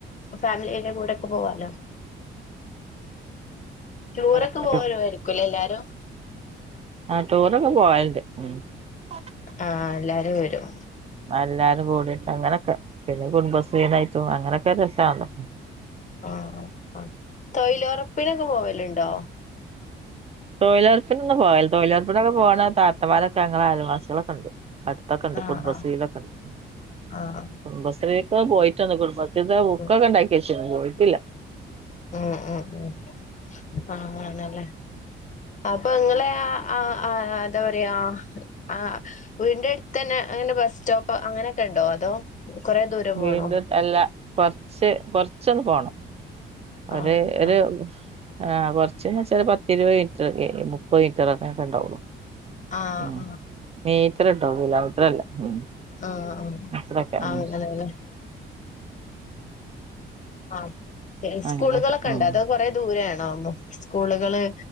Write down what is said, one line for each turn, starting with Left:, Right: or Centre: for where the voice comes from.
Left: ഫാമിലിയായി കൂടെയൊക്കെ പോവാലോ ചൂറൊക്കെ
Right: ആഹ്
Left: പോകല് ആയിരിക്കുലേ എല്ലാരും
Right: ആഹ് ടൂറൊക്കെ പോവാല്ണ്ട് ഉം <unintelligible>
Left: ആഹ് എല്ലാരും വരും
Right: എല്ലാരും കൂടീണ്ട് അങ്ങനൊക്കെ പിന്നെ കുടുംബശ്രീന്നായിട്ടും അങ്ങനൊക്കെ രസാണ്
Left: <unintelligible> തൊയിലുറപ്പിനൊക്കെ പോവലുണ്ടോ
Right: തൊഴിലുറപ്പിനൊന്നും പോല്ല തൊഴിലുറപ്പിനൊക്കെ പോകണ താത്തമാരൊക്കെ അങ്ങള അയൽവാസികളൊക്കെ ഉണ്ട് അടുത് ക്കെണ്ട്
Left: ആഹ്
Right: കുടുംബശ്രീയിലൊക്കെണ്ട്
Left: ആഹ്
Right: കുടുംബശ്രീക്ക് പോയിട്ട് കുടുംബ ഇത് ബുക്കൊക്കെ
Left: ഉം
Right: ഉണ്ടാക്കി വച്ചി പോയിട്ടില്ല
Left: ഉം ഉം ഉം അങ്ങനെല്ലേ അ അപ്പൊ ഇങ്ങളെ ആഹ് ആഹ് എന്താ പറയാ ആഹ് വീടിന്റെ അടുത്തന്നെ അങ്ങനെ ബസ് സ്റ്റോപ്പ് അങ്ങനെയൊക്കെ ഉണ്ടോ അതോ കൊറേ ദൂരം
Right: വീണ്ടും
Left: പോണോ
Right: അല്ല കൊറച്ച് കൊറച്ചൊന്ന് പോണം ഒരു
Left: ആഹ്
Right: ഒരു
Left: ആഹ്
Right: ആഹ് കൊറച്ച വെച്ചാല് പത്ത് ഇരുപത് മീറ്റർക്കെ മുപ്പത് മീറ്ററൊക്കെ ഒക്കെണ്ടാവുള്ളു
Left: ആഹ്
Right: ഉം മീറ്റർട്ടോ കിലോമീറ്റർ അല്ല ഉം
Left: ആഹ്
Right: അത്രൊക്കെ
Left: ആഹ്
Right: ഉം
Left: <unintelligible> ആഹ് സ്കൂളുകള്ക്കെ
Right: അങ്ങനൊക്കെ
Left: ഉണ്ടെ
Right: ഉം
Left: അതോ കൊറേ ദൂരെ ആണോ <unintelligible> സ്കൂളുകള്